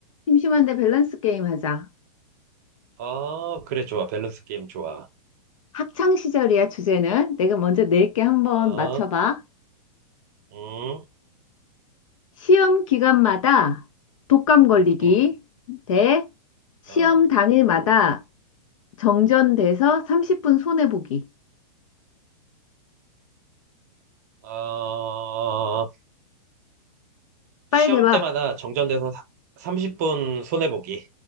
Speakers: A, on the left; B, on the right.
A: 심심한데 밸런스 게임 하자.
B: 아, 그래, 좋아. 밸런스 게임 좋아.
A: 학창 시절이야, 주제는. 내가 먼저 낼게 한번
B: 어,
A: 맞춰봐.
B: 음,
A: 시험 기간마다 독감 걸리기
B: 음,
A: 대 시험
B: 어,
A: 당일마다
B: 음.
A: 정전돼서 30분 손해보기.
B: 어,
A: 빨리
B: 시험
A: 대봐.
B: 때마다 정전돼서 사- 30분 손해보기.